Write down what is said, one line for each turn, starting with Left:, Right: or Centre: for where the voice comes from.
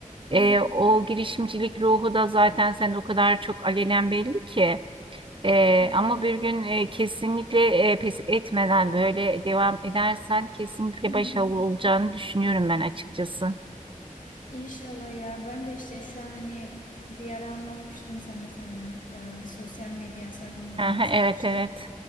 Left: hı
Right: e,
Left: hı.
Right: o girişimcilik ruhu da zaten sende o kadar çok alenen belli ki. E,
Left: Evet.
Right: ama bir gün e, kesinlikle e, pes etmeden böyle devam edersen kesinlikle
Left: Hı hı.
Right: başarılı olacağını düşünüyorum ben açıkçası.
Left: İnşallah ya. Ben de işte şu an hani bir ara anlatmıştım sana sanırım. Ee, bir sosyal medya hesabımdan
Right: Aha,
Left: bahsetmiştim.
Right: evet evet.